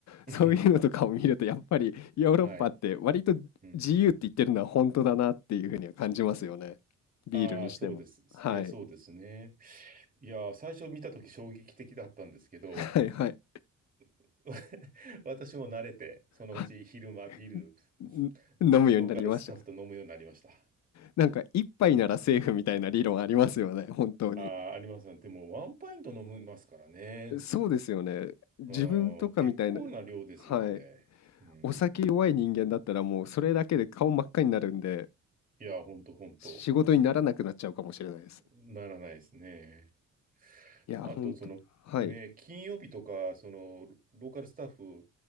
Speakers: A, on the right; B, on the left.
A: <laughs>
B: そういうのとかを見ると、やっぱりヨーロッパって割と自由って言ってるのは本当だなっていうふうには感じますよね。
A: はい。うん。
B: ビールにしても。
A: ああ、そうです。
B: はい。
A: いや、そうですね。いや、最初見たとき衝撃的だったんですけど、
B: はいはい。
A: <laughs> 私も慣れて、そのうち昼間ビール、
B: <laughs> ん飲むようになりましたか。
A: ローカルスタッフと飲むようになりました。
B: なんか一杯ならセーフみたいな理論ありますよね、本当に。
A: ああ、ありますね。でも、ワンパイント飲みますからね。
B: そうですよね。自分とかみたいな、
A: うん、結構な量ですよ、
B: はい。
A: あれ。うん。
B: お酒弱い人間だったらもうそれだけで顔真っ赤になるんで、
A: いや、ほんとほんと。
B: 仕事にならなくなっちゃうかもしれないです。
A: ならないですね。
B: いや、
A: あと、
B: 本当。
A: その、
B: はい。
A: ね、金曜日とか、その、ロローカルスタッフ、